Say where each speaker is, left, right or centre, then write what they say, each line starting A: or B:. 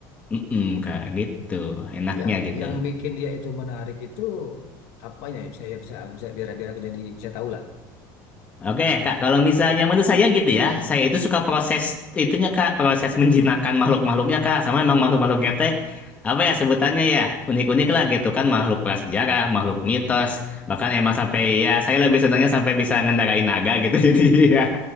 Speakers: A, on the left (about 15°); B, on the left (about 70°).
A: Mhm, Kak, gitu, enaknya
B: Yang
A: gitu.
B: yang bikin dia itu menarik itu apanya ya bisa ya bisa bisa biar biar aku jadi bisa tahu lah.
A: Oke, Kak, kalau misalnya menurut saya gitu ya, saya itu suka proses itunya, Kak, proses menjinakkan makhluk-makhluknya, Kak, sama emang makhluk-makhluknya teh apa ya sebutannya ya, unik-unik lah gitu kan, makhluk prasejarah, makhluk mitos, bahkan emang sampai ya saya lebih senangnya sampai bisa ngendarain naga gitu. <laughs> Jadi ya